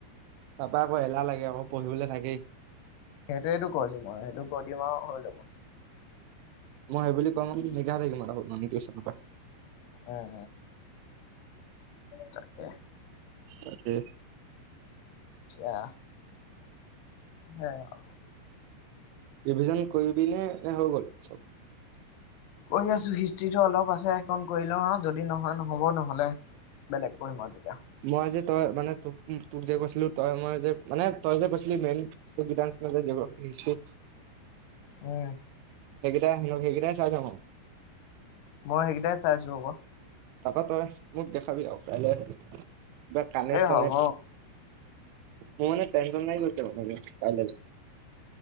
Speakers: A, on the right (about 85°); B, on the left (about 75°).
A: তাৰপা আকৌ এলাহ লাগে আকৌ পঢ়িবলৈ থাকেই
B: সেইটোৱেইটো কৈছো মই সেইটো কৈ দিম আও হৈ যাব
A: মই সব ক এঘাৰ মাৰ টউচনৰ পৰা
B: উম তাকে
A: তাকে
B: অ সেয়াও
A: ভিজন কৰিবিনে নে হৈ গ'ল চব <unintelligible>
B: কৰি আছো হিষ্ট্ৰিটো অলপ আছে সেইকন কৰি লওঁ যদি নহয় নহব নহলে বেলেগ পঢ়িম আও তেতিয়া
A: মই যে তই মানে তোক তোক যে কৈছিলো তই মই যে মানে তই যে কৈছিলি মেইন জিঅগ্ৰাফি হিষ্টিত
B: উম
A: সেইকেইটাই আহিব সেইকেইটাই চাই থাকোঁ।
B: মই সেইকেইটাই চাইছো আকৌ।
A: তাপা তই মোক দেখাবি আও। তলে কিব কানে
B: এই
A: চানে
B: হ'ব
A: মোৰ মানে টেনচন হৈ গৈছে। মান কাইলেলে